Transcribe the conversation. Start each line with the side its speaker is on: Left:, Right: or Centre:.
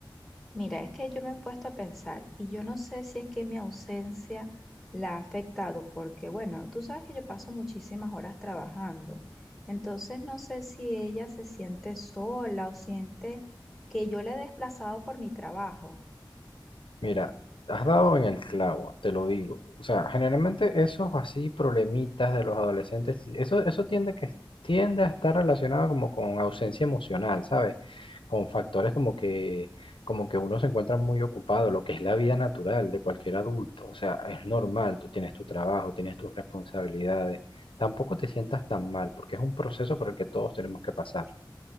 Centre: Mira, es que yo me he puesto a pensar y yo no sé si es que mi ausencia la ha afectado, porque bueno, tú sabes que yo paso muchísimas horas trabajando, entonces no sé si ella se siente sola o siente que yo la he desplazado por mi trabajo.
Left: Mira, has dado en el clavo, te lo digo. O sea, generalmente esos así problemitas de los adolescentes, eso, eso tiende que tiende a estar relacionado como con ausencia emocional, ¿sabes? Con factores como que, como que uno se encuentra muy ocupado, lo que es la vida natural de cualquier adulto. O sea, es normal, tú tienes tu trabajo, tienes tus responsabilidades. Tampoco te sientas tan mal, porque es un proceso por el que todos tenemos que pasar.